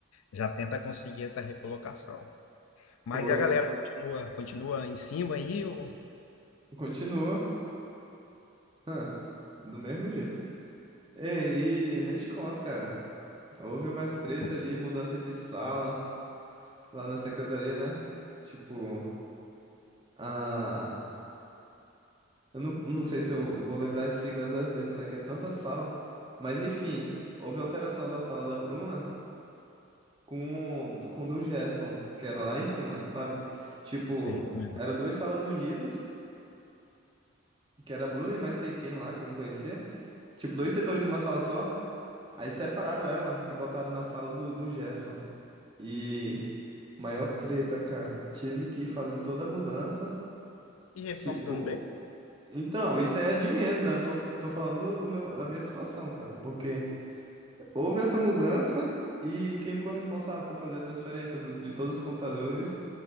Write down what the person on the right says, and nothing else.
Eu vou...
Continua, hã, do mesmo jeito. Ei, e nem te conto, cara. Houve umas treta
ali,
mudança de sala lá na secretaria, né? Tipo, a Eu não, não sei se eu vou lembrar as siglas das letras, né? Que é tanta sala. Mas enfim, houve alteração da sala da Bruna com, do- com do Gerson, que era lá em cima, sabe? Tipo,
eram duas salas unidas, que era a Bruna e mais sei quem lá, que eu não conhecia. Tipo, dois setores de uma sala só. Aí separaram ela e botaram na sala do, do Gerson. E maior treta, cara. Tive que fazer toda a mudança.
Tipo,
Então, isso aí é de menos, né? Eu tô, tô falando do meu, da minha situação, cara. Porque houve essa mudança e quem ficou responsável por fazer a transferência do- de todos os computadores